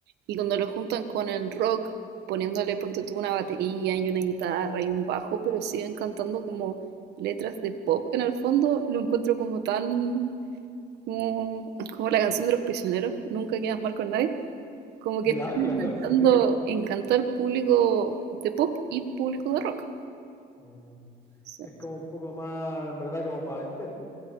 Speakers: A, on the right; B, on the left.
A: Y cuando lo juntan con el rock, poniéndole, ponte tú, una batería y una guitarra y un bajo, pero siguen cantando como letras de pop en el fondo, lo encuentro como tan... Como, como la canción de los prisioneros, nunca quedas mal con nadie. Como que
B: Ya,
A: están
B: <laughs> claro,
A: intentando
B: sí.
A: encantar público de pop y público de rock.
B: Mm.
A: Sí,
B: Es como un poco más, en verdad, como para vender, po.